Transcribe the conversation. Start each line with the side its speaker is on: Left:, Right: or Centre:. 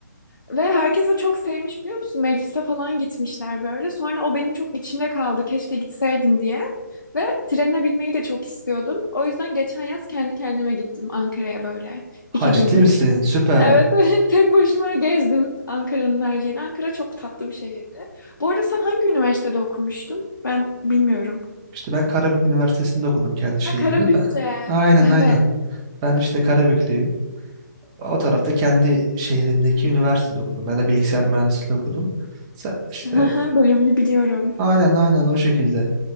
Left: Ve herkes de çok sevmiş biliyor musun? Meclise falan gitmişler böyle. Sonra o benim çok içimde kaldı. Keşke gitseydim diye. Ve trene binmeyi de çok istiyordum. O yüzden geçen yaz kendi kendime gittim Ankara'ya böyle.
Right: Ha
Left: iki
Right: ciddi
Left: günlük.
Right: misin? Süper.
Left: Evet, <laughs> tek başıma gezdim Ankara'nın her yerini. Ankara çok tatlı bir şehirdi. Bu arada sen hangi üniversitede okumuştun? Ben bilmiyorum.
Right: İşte ben Karabük Üniversitesi'nde okudum kendi
Left: Ha
Right: şehrimde.
Left: Karabük'te.
Right: Ben... Aynen
Left: Evet.
Right: aynen. Ben işte Karabüklüyüm. O tarafta kendi şehrimdeki üniversitede okudum. Ben de bilgisayar mühendisliği okudum. Sen işte
Left: <laughs> Bölümünü biliyorum.
Right: aynen aynen o şekilde.